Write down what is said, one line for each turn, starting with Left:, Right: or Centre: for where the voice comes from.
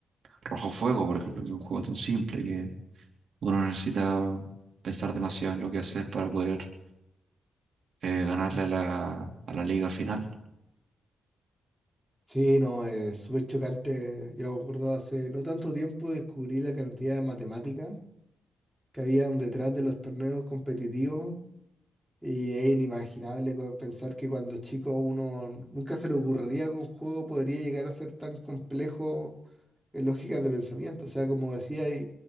Right: Rojo Fuego, por ejemplo, que es un juego tan simple Uno necesita pensar demasiado en lo que hacer para poder eh, ganarle a la, a la liga final.
Centre: Sí, no, es súper chocante. Yo me acuerdo hace no tanto tiempo descubrí la cantidad de matemáticas que habían detrás de los torneos competitivos y es inimaginable co- pensar que cuando chico uno nunca se le ocurriría que un juego podría llegar a ser tan complejo en lógicas de pensamiento. O sea, como decía,